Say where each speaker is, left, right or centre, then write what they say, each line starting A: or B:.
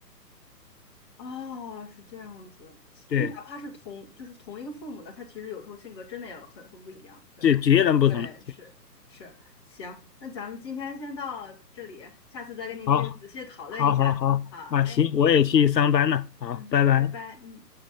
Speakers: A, on the left; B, on the left.
A: 哦，是这样子，
B: 对，
A: 就哪怕是同，就是同一个父母的，他其实有时候性格真的也很很不一样。对，
B: 对，截然不同。”
A: 对，是是，行，那咱们今天先到这里，下次再跟您这个仔细讨论一下。
B: 好，好，好，好，
A: 好嘞，
B: 啊，行，我也去上班了，好，
A: 嗯，好，
B: 拜拜。
A: 拜拜，嗯。